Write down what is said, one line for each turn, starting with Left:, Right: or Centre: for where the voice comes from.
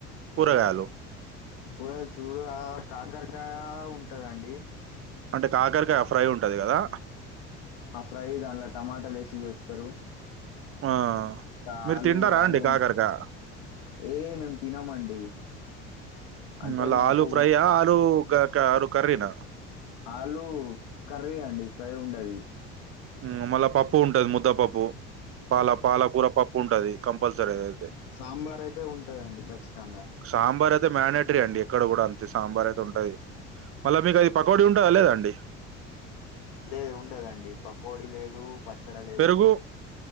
Right: కూరగాయలు?
Left: కూరగాయలు చూడగా కాకరకాయ ఉంటదండి.
Right: అంటే కాకరకాయ ఫ్రై ఉంటది కదా
Left: ఆ ఫ్రై దానిలో టమటాలు వేసి చేస్తారు.
Right: ఆ!
Left: ఆలు
Right: మీరు తింటారా
Left: ఆలు
Right: అండి కాకరకాయ?
Left: ఉం ఏ మేము తినమండి. అంటే
Right: మల్లా
Left: మాకు
Right: ఆలు ఫ్రై ఆ ఆలు కర్రీ నా
Left: ఆలు కర్రీ అండి ఫ్రై ఉండది
Right: మ్ మళ్ళా పప్పు ఉంటది ముద్ద పప్పు పాల పాలకూర పప్పు ఉంటది కంపల్సరీ అదయితే
Left: సాంబార్ అయితే ఉంటదండి ఖచ్చితంగా
Right: సాంబార్ అయితే మ్యానేటరీ అండి ఎక్కడ కూడా అంతే సాంబార్ అయితే ఉంటది మళ్ళా మీకు అది పకోడి ఉంటదా లేదండి
Left: లేదు ఉండదండి పకోడి లేదు, పచ్చడి లేదండి.
Right: పెరుగు